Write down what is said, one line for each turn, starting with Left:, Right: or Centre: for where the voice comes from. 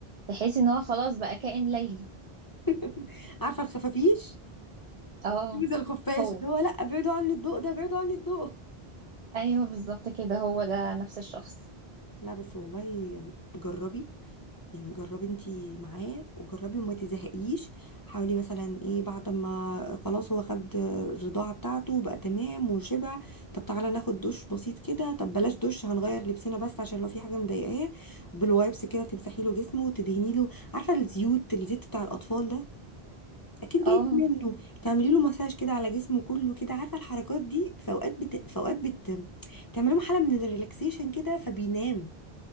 Right: تحس ان هو خلاص بقى كائن ليلي
Left: <laughs> عارفه الخفافيش
Right: اه
Left: عايزه الخفاش
Right: هو
Left: اللي هو لا ابعدوا عني الضوء ده ابعدوا عني الضوء
Right: ايوه بالظبط كده هو ده نفس الشخص
Left: لا بس والله جربي يعني جربي انتي معاه وجربي وما تزهقيش حاولي مثلا ايه بعد ما خلاص هو خد الرضاعة بتاعته وبقى تمام وشبع طب تعالى ناخد دش بسيط كده طب بلاش دش هنغير لبسنا بس عشان لو في حاجة مضايقاه بالوايبس كده تمسحي له جسمه وتدهني له عارفة الزيوت الزيت بتاع الأطفال ده اكيد جايبه
Right: اه
Left: منه تعملي له مساج كده على جسمه كله كده عارفه الحركات دي في اوقات بت... في اوقات بت... بتعمل له حاله من الريلاكسيشن كده فبينام